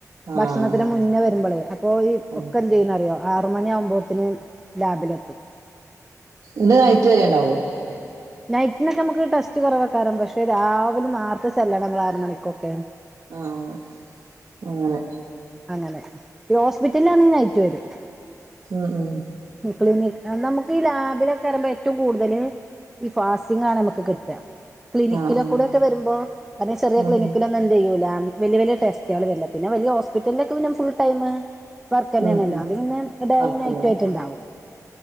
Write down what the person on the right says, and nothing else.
ആഹ്
ആഹ്
ഇത് നൈറ്റ് വരെ ഇണ്ടാവോ?
ആഹ് അങ്ങനെ
ആഹ് ആഹ്
ആഹ് ഉം
ആഹ്
ആഹ്
ഉം ഉം
വർക്കിന്